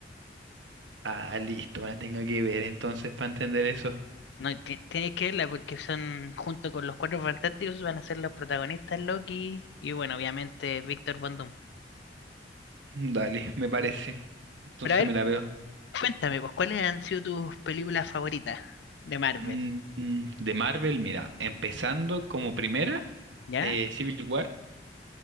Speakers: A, on the right (about 85°); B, on the left (about 70°).
A: Ah, listo, la tengo que ver entonces para entender eso.
B: No, y ti- tienes que verla porque son, junto con los Cuatro Fantásticos, van a ser los protagonistas Loki y bueno, obviamente Víctor Von Doom.
A: Dale, me parece. Entonces
B: Pero a ver,
A: me la veo.
B: cuéntame, pues, ¿cuáles han sido tus películas favoritas de Marvel?
A: Mm, mm, de Marvel, mira, empezando como primera,
B: ¿Ya?
A: eh, Civil War.